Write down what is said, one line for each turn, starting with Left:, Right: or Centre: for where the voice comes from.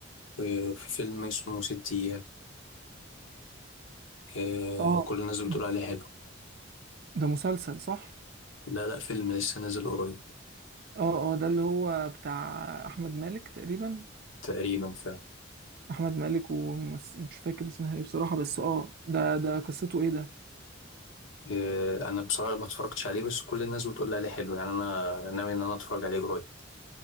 Left: آه، في فيلم اسمه ست ايام آه،
Right: اه
Left: كل الناس بتقول
Right: ده
Left: عليه حلو
Right: ده مسلسل صح
Left: لا لا فيلم لسه نازل قريب
Right: اه اه ده اللي هو بتاع احمد مالك تقريبا
Left: تقريبا فعلا
Right: احمد مالك ومش فاكر اسمها ايه بصراحه بس اه ده ده قصته ايه ده
Left: آه، انا بصراحة ما اتفرجتش عليه بس كل الناس بتقول عليه حلو يعني انا ناوي ان انا اتفرج عليه قريب